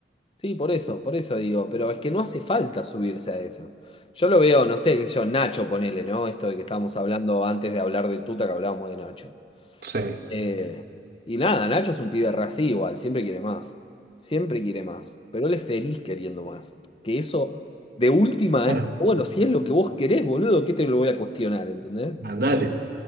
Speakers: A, on the left (about 30°); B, on the right (about 55°).
A: Sí, por eso, por eso digo, pero es que no hace falta subirse a eso. Yo lo veo, no sé, qué sé yo, Nacho, ponele, ¿no? Esto de que estábamos hablando antes de hablar de Tuta, que hablábamos de Nacho.
B: Sí,
A: Eh, y nada, Nacho es un pibe re así igual, siempre quiere más, siempre quiere más, pero él es feliz queriendo más. Que eso, de última,
B: claro
A: es como, bueno, si es lo que vos querés, boludo, ¿qué te lo voy a cuestionar, ¿entendés?
B: mandale.